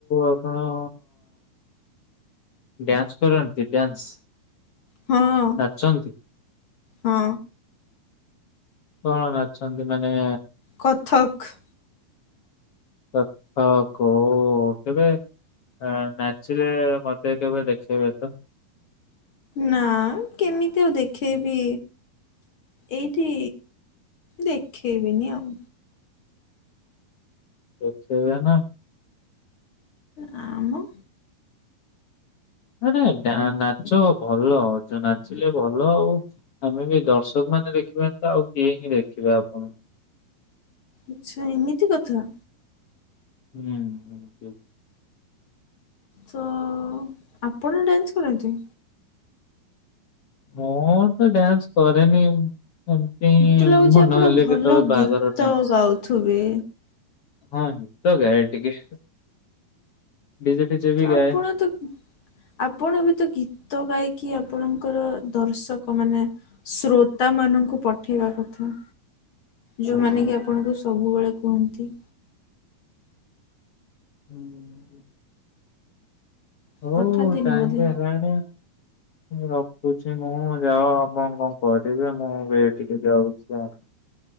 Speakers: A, on the left (about 75°); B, on the left (about 45°).
A: ଆପଣ ଡ୍ୟାନ୍ସ କରନ୍ତି, ଡ୍ୟାନ୍ସ
B: ହଁ
A: ନାଚନ୍ତି?
B: ହଁ।
A: କଣ ନାଚନ୍ତି ମାନେ
B: କଥକ।
A: ତଥ ହଁ କୋ କେବେ ହଁ ନାଚିଲେ ମତେ କେବେ ଦେଖେଇବେତ?
B: ନା କେମିତି ଆଉ ଦେଖେଇବି? ଏଇଠି ଦେଖେଇବିନି ଆଉ।
A: ଦେଖେଇବେନା।
B: ନାମୋ।
A: ନାଁ ନାଇଁ ଡା ନାଚ ଭଲ ଯଉ ନାଚିଲେ ଭଲ ଆଉ। ଆମେବି ଦର୍ଶକ ମାନେ ଦେଖିବେନିତ ଆଉ କିଏହିଁ ଦେଖିବେ ଆପଣ
B: ଆଚ୍ଛା ଏମିତି କଥା।
A: ହୁଁ ଏମିତି।
B: ତ ଆପଣ ଡ୍ୟାନ୍ସ କରନ୍ତି?
A: ମୁଁତ ଡ୍ୟାନ୍ସ କରେନି ସେମି ତି
B: ମତେ ଲାଗୁଛି
A: ମନ
B: ଆପଣ
A: ହେଲେ
B: ଭଲ
A: କେତେବେଳେ ବାହାଘର
B: ଗୀତ
A: ଡ୍ୟାନ୍ସ
B: ଗାଉଥିବେ
A: ହଁ ଗୀତ ଗାଏ ଟିକେ। ଡିଜେ ଫିଜେ ବି
B: ତ ଆପଣତ
A: ଗାଏ।
B: ଆପଣବିତ ଗୀତ ଗାଇକି ଆପଣଙ୍କର ଦର୍ଶକ ମାନେ ଶ୍ରୋତା ମାନଙ୍କୁ ପଠେଇବା କଥା। ଯୋଉମାନେକି ଆପଣଙ୍କୁ ସବୁବେଳେ କୁହନ୍ତି।
A: ହୁଁ। ହଉ
B: ପଠାନ୍ତିନି
A: ଟାଇମିବି
B: ବୋଧେ
A: ହେଲାଣି ରଖୁଛି ମୁଁ ଯାଅ ଆପଣ କଣ କରିବେ ମୁଁ ଏଠିକି ଯାଉଛି ଆଉ।